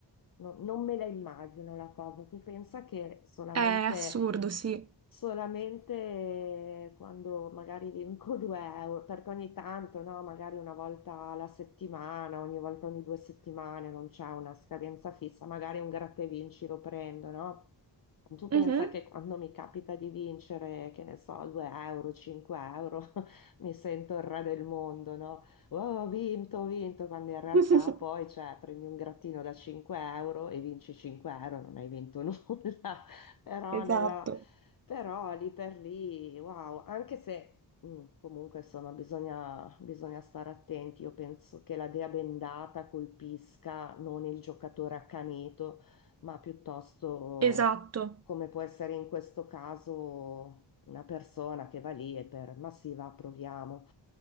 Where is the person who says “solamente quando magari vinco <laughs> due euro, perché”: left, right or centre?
Left